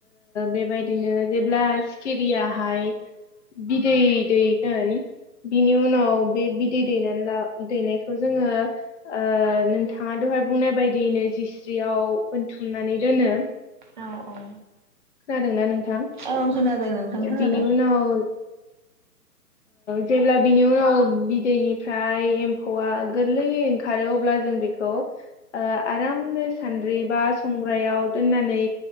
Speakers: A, on the left; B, on the right.
A: बेबायदिनो जेब्ला सिखिरियहाय बिदै दैगोन। बिनि उनाव बे बिदै दैनानै ला दैनायखौ जोङो ओ नोंथां थांआ दहाय बुंनाय बायदियैनो जिस्रियाव बोनथुमनानै दोनो।
B: औ औ
A: खोनादोंना नोंथां?
B: ओं खोनादों नोंथां खोनादों
A: बिनि उनाव जेब्ला बिनि उनाव बिदैनिफ्राय एम्फौआ गोरलैै ओंखारो अब्ला जों बे खौ आरामनो सान्द्रि बा संग्रायाव दोननानै